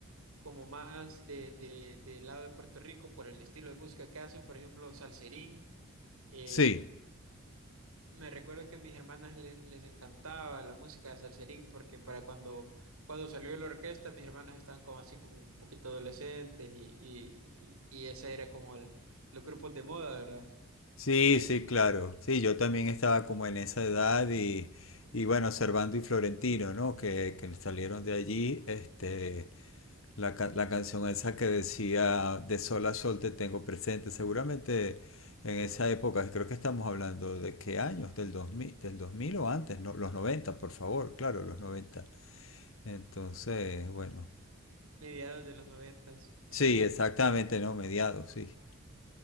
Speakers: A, on the right; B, on the left.
A: como más de, de, del lado de Puerto Rico por el estilo de música que hacen. Por ejemplo, Salserín. eh,
B: Sí.
A: Me recuerdo que a mis hermanas le- les encantaba la música de Salserín porque para cuando, cuando salió la orquesta mis hermanas estaban como así como un poquito adolescentes y, y, y ese era como el- los grupos de moda, ¿verdad?
B: Sí,
A: Y
B: sí,
A: <laughs>
B: claro. Sí, yo también estaba como en esa edad y, y bueno, Servando y Florentino, ¿no? Que, que salieron de allí, este, la, ca- la canción esa que decía De sol a sol te tengo presente. Seguramente en esa época, creo que estamos hablando de qué años, del 2000, del 2000 o antes, no, los noventa, por favor, claro, los 90. Entonces, bueno,
A: mediados de los noventas, sí.
B: sí, exactamente, ¿no? Mediados, sí.